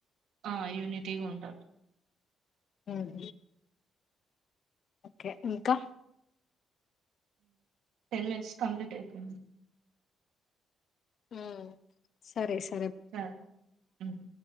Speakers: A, on the right (about 80°); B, on the left (about 60°).
A: ఆ యునిటీగా ఉండ
B: ఉమ్ ఓకే ఇంకా
A: టెన్ మనిట్స్ కంప్లీట్ అయిపో
B: ఉమ్ సరే స
A: సరే ఉమ్